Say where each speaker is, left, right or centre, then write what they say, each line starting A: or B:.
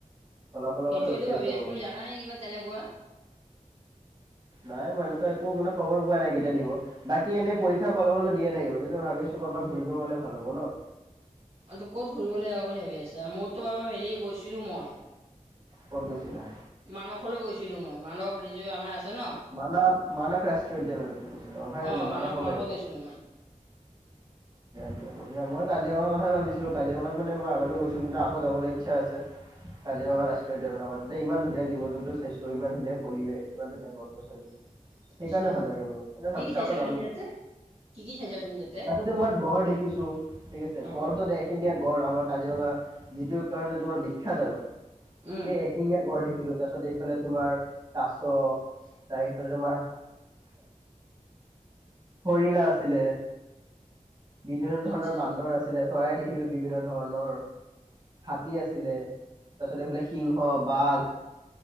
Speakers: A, on the right; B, on the right.
A: ফলাফলৰ
B: সেইটোৱেতো
A: কাৰণে ৰখি
B: ভাবি
A: আছো আৰু
B: তুমি জানা নে কিবা তেনেকুৱা
A: নাই মই এনেকুৱা একো মানে খবৰ পোৱা নাই কেতিয়া দিব। বাকী এনে পৰীক্ষাৰ ফলাফলো দিয়ে থাকিব ভাবি আছো কৰবাত ঘুৰিব গ'লে ভাল হ'ব ন
B: আৰু ত, ক'ত ঘূৰিবলে আৰু বুলি ভাবি আছা মোৰতো বাৰু হেৰি গৈছিলো মই
A: ক'ত গৈছিলা
B: মানসলৈ গৈছিলো মই মানস ৰিয আমাৰ আছে ন
A: মানস, মানস ৰাষ্ট্ৰীয় উদ্যানলৈ গছিলা, অভাৰন্ন
B: অ
A: মানস অভাৰ
B: মানসত
A: দিয়া,
B: গৈছিলো মই
A: দিয়া বঢ়িয়া মই কাজ কাজিৰঙাৰ কথা ভাবিছিলোঁ কাজিৰঙাত মানে মই আগতে গৈছোঁ কিন্তু আকৌ যাবলৈ ইচ্ছা আছে কাজিৰঙা ৰাষ্ট্ৰীয় উদ্যানৰ আমাৰ তাতে ইমান ধুনীয়া জীৱ-জন্তু চাইছো ইমান ধুনীয়া পৰিৱেশ ইমান ধুনীয়া গছ-গছনি
B: আচ্ছা
A: সেইকাৰণে ভাল লাগে। মোৰ মানে
B: কি
A: ভাবিছো
B: কি চাইছানো
A: আকৌ যাম
B: তুমি
A: বুলি।
B: তাতে কি কি চাইচা তুমি টা
A: তাতে তোমাৰ গড় দেখিছো, ঠিক আছে।
B: আকৌ
A: গড়টো এখিনঙীয়া গঁড় আমাৰ কাজিৰঙা যিটো কাৰণে তোমাৰ বিখ্যাত আৰু সেই
B: উম
A: এশিঙীয়া গড় দেখিলো তাৰপিছত এইফালে তোমাৰ কাছ ত এইফালে তোমাৰ হৰিণা আছিলে, বিভিন্ন ধৰণৰ
B: আচ্ছা
A: বান্দৰ আছিলে। চৰাই দেখিলো বিভিন্ন ধৰণৰ হাতী আছিলে তাৰপিছত এইফালে সিংহ বাঘ